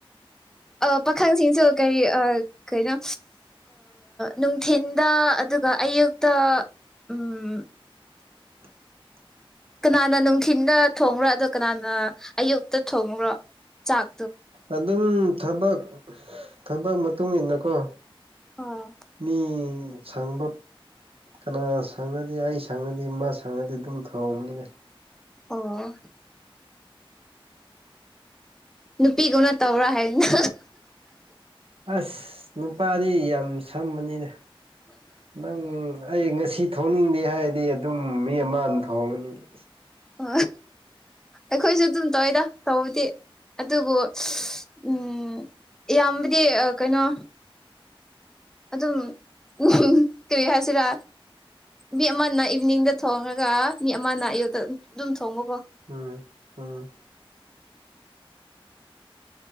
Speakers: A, in the centre; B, on the right.
A: ꯑ ꯄꯥꯈꯪꯁꯤꯡꯁꯨ ꯀꯔꯤ ꯑ ꯀꯩꯅꯣ ꯅꯨꯡꯊꯤꯟꯗ ꯑꯗꯨꯒ ꯑꯌꯨꯛꯇ ꯎꯝ
B: <unintelligible>
A: ꯀꯅꯥꯅ ꯅꯨꯡꯊꯤꯤꯟꯗ ꯊꯣꯡꯕ꯭ꯔꯣ ꯑꯗ ꯀꯅꯥꯅ ꯑꯌꯨꯛꯇ ꯊꯣꯡꯕ꯭ꯔꯣ ꯆꯥꯛ
B: ꯑꯗꯨꯝ ꯊꯕꯛ ꯊꯕꯛ ꯃꯇꯨꯡ ꯏꯟꯅꯀꯣ
A: ꯑꯣ
B: ꯃꯤ ꯁꯪꯕ ꯀꯅꯥ ꯁꯪꯉꯗꯤ ꯑꯩ ꯁꯪꯉꯗꯤ ꯃꯥ ꯁꯪꯉꯗꯤ ꯑꯗꯨꯝ ꯊꯣꯡꯕꯅꯤꯅ
A: ꯑꯣ ꯅꯨꯄꯤꯒꯧꯅ ꯇꯧꯕ꯭ꯔꯥ ꯍꯥꯏꯕꯅ
B: ꯑꯁ ꯅꯨꯄꯥꯗꯤ ꯌꯥꯝ ꯁꯝꯕꯅꯤꯅ ꯅꯪ ꯑꯩ ꯉꯁꯤ ꯁꯤ ꯊꯣꯡꯅꯤꯡꯗꯦ ꯍꯥꯏꯔꯗꯤ ꯑꯗꯨꯝ ꯃꯤ ꯑꯃꯅ ꯊꯣꯡꯉꯅꯤꯉ
A: ꯍ ꯑꯩꯈꯣꯏꯁꯨ ꯑꯗꯨꯝ ꯇꯧꯋꯤꯗ ꯇꯧꯗꯤ ꯑꯗꯨꯕꯨ ꯎꯝ ꯏꯌꯥꯝꯕꯗꯤ ꯀꯩꯅꯣ ꯑꯗꯨꯝ ꯎ ꯀꯔꯤ ꯍꯥꯏꯁꯤꯔꯥ ꯃꯤ ꯑꯃꯅ ꯏꯚꯤꯅꯤꯡꯗ ꯊꯣꯡꯉꯒ ꯃꯤ ꯑꯃꯅ ꯑꯌꯨꯛꯇ ꯑꯗꯨꯝ ꯊꯣꯡꯕ
B: ꯎꯝ ꯎꯝ